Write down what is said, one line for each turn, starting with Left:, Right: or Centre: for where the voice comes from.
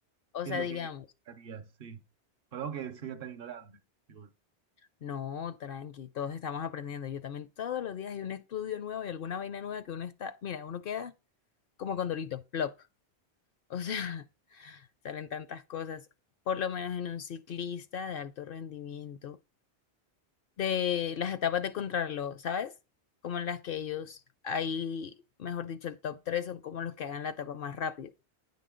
Left: o
Right: ¿qué
Left: sea,
Right: es lo
Left: digamos,
Right: que harías? Sí. Perdón que sea tan ignorante. Disculpe.
Left: No, tranqui, todos estamos aprendiendo. Yo también todos los días hay un estudio nuevo y alguna vaina nueva que uno está, mira, uno queda como con Condorito, plop. O sea, <laughs> salen tantas cosas, por lo menos en un ciclista de alto rendimiento, de las etapas de contrarreloj, ¿sabes? Como en las que ellos, ahí, mejor dicho, el top 3 son como los que hagan la etapa más rápido.